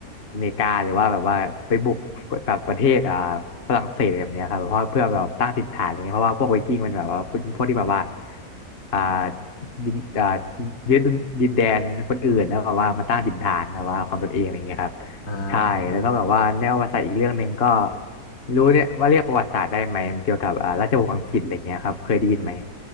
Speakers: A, on the left; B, on the left.
A: อเมริกาหรือว่าแบบว่าไปบุกกับประเทศอ่าฝรั่งเศสอะไรแบบเนี้ยครับเพราะเพื่อแบบตั้งถิ่นฐานอะไรเงี้ยเพราะว่าพวกไวกิ้งมันแบบว่าพวกพวกที่แบบว่าอ่ายึดอ่ายึดดินแดนคนอื่นแล้วแบบว่ามาตั้งถิ่นฐานแบบว่าของตนเองอะไรเงี้ยครับ
B: อ่า
A: ใช่แล้วก็แบบว่าแนวประวัติศาสตร์อีกเรื่องหนึ่งก็รู้เนี่ยว่าเรียกประวัติศาสตร์ได้ไหมมันเกี่ยวกับอ่าราชวงศ์อังกฤษอะไรเงี้ยครับเคยได้ยินไหม